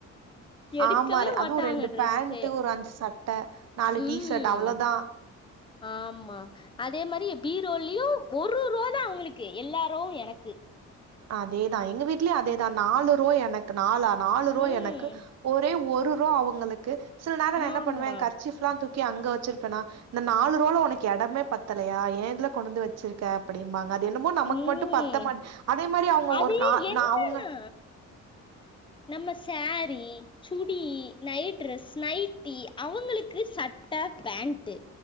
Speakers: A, on the left; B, on the right.
A: எடுக்கவே
B: ஆமார
A: மாட்டாங்க
B: அதுவும் ஒரு ரெண்டு
A: ட்ரெஸ்ஸே
B: பேண்ட் ஒரு அஞ்சு சட் ட நாலு
A: ம்
B: டீஷர்ட் அவ்ளோதா
A: ஆமா அதே மாரி பீரோலயும் ஒரு ரோ தான் அவங்களுக்கு எல்லாரோ எனக்கு
B: அதேதான் எங்க வீட்லயு அதேதான் நாலு ரோ எனக் கு நாலா நாலு
A: ம்
B: ரோ எனக்கு ஒரே ஒரு ரோ அவங்களுக்கு சில நேரம் என்ன
A: ஆமா
B: பண்ணுவே கர்ச்சீப் லா தூக்கி அங்க வச்சிருப்பேனா இந்த நாலு ரோல உனக்கு இடமே பத்தலையா ஏதுல கொண்டுந்து வச்சிரு க்க அப்டிம்பாங்க அது என்னமோ நமக்கு
A: ம்
B: மட்டும் பத்த மாட் அதே மாரி அவங்க
A: அது
B: ஒரு நா
A: என்னன்னா
B: நா அவங்க
A: நம்ம sari chudi night dress nightie அவங்களுக்கு சட்ட பேண்ட்டு